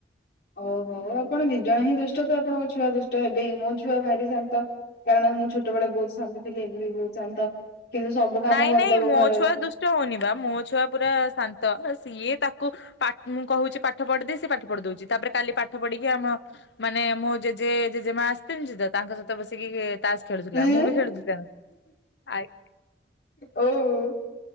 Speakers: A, on the left (about 65°); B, on the left (about 80°).
A: ଓହୋ ଆପଣ ଦି ଜଣ ହିଁ ଦୁଷ୍ଟ ତ ଆପଣଙ୍କ ଛୁଆ ଦୁଷ୍ଟ ହେବେ ହି ମୋ ଛୁଆ ଭାରି ଶାନ୍ତ। କାରଣ ମୁଁ ଛୋଟବେଳେ ବହୁତ ଶାନ୍ତ ଥିଲି ଏବେ ବି ବହୁତ ଶାନ୍ତ କିନ୍ତୁ ସବୁ କାମ
B: ନାଇଁ
A: କରିଦବ
B: ନାଇଁ ମୋ
A: ଘରର।
B: ଛୁଆ ଦୁଷ୍ଟ ହଉନି ବା ମୋ ଛୁଆ ପୁରା ଶାନ୍ତ ସିଏ ତାକୁ ପାଠ ମୁଁ କହୁଛି ପାଠ ପଢିଦେ ସେ ପାଠ ପଢି ଦଉଛି ତାପରେ କାଲି ପାଠ ପଢିକି ଆମ ମାନେ ମୁଁ ଜେଜେ ଜେଜେମା ଆସିଥିଲି ତ ତାଙ୍କ ସହିତ ବସିକି ତାସ ଖେଳୁଥିଲା
A: ହୁଁ
B: ମୁଁ ବି ଖେଳୁଥିଲି ଆଇ
A: ଓହୋ।